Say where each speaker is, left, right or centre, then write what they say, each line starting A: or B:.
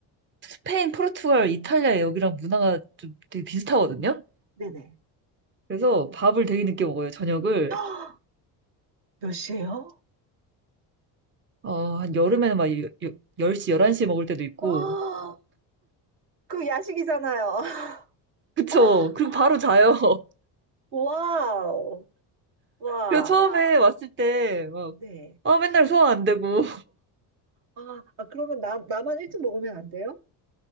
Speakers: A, on the right (about 25°); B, on the right (about 55°).
A: 스페인, 포르투갈, 이탈리아 여기랑 문화가 좀 되게 비슷하거든요?
B: 네네.
A: 그래서 밥을 되게 늦게 먹어요, 저녁을.
B: <gasps> 헉, 몇 시예요?
A: 어, 한 여름에는 막 여- 여- 10시, 11시에 먹을 때도 있고.
B: <gasps> 아, 그 야식이잖아요. <gasps>
A: 그쵸.
B: <laughs> 아,
A: 그리고 바로 자요. <laughs>
B: 와우, 와,
A: 그래서 처음에 왔을 때 막,
B: 네.
A: 아, 맨날 소화 안 되고.
B: 아, 아, 그러면 나, 나만 일찍 먹으면 안 돼요?